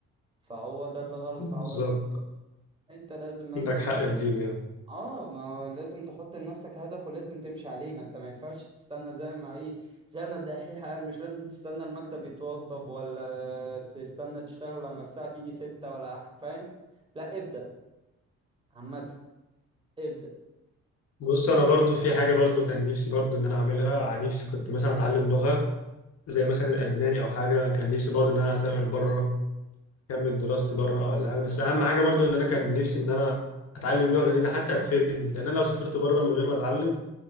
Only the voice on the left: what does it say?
بالظبط
عندك حق في دي بجد
فبص انا برضه في حاجه برضه كان نفسي برضه ان انا اعملها عن نفسي كنت مثلا اتعلم لغه زي مثلا الالماني او حاجه كان نفسي برضه ان انا اسافر بره اكمل دراستي بره ولا حاجه بس اهم حاجه برضه ان انا كان نفسي ان انا اتعلم لغه جديده حتى هتفيدني لان انا لو سافرت بره من غير ما اتعلم